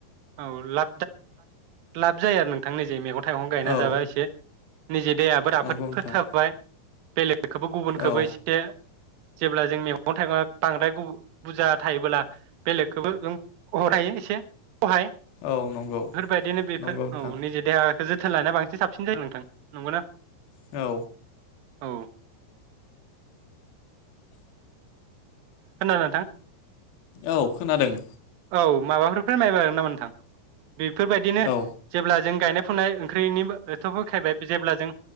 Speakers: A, on the right; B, on the left.
A: औ ला लाब जाया आरो नो आंनिे जे मेगन थाइगं गायना
B: औ
A: जाबा एसे निजे देहायाबो राफोदफोर
B: नंगौ नोंथां
A: थाबाय बेलेगखौबो गुबुनखौबो
B: औ
A: एसे जेब्ला जों मैगं थाइगं बांद्राय बुरजा थायोबोला बेलेगखौबो जों <unintelligible> एसे हाय बेफोरबायदिनो
B: औ नंगौ
A: बेफोर
B: नंगौ नोंथां
A: औ निजे देहा जोथोन लानो बांसिन साबसिन जायो नथां नंगौना।
B: औ
A: औ खोनादों नोंथां
B: औ खोनादों
A: औ माबाफोर फोरमाय जागोन नामा नोंथां बिब बेफोरबायदिनो
B: औ
A: जेब्ला जों गायनाय फुनाय ओंख्रिनिबोथ' बुखांबाय जेब्ला जों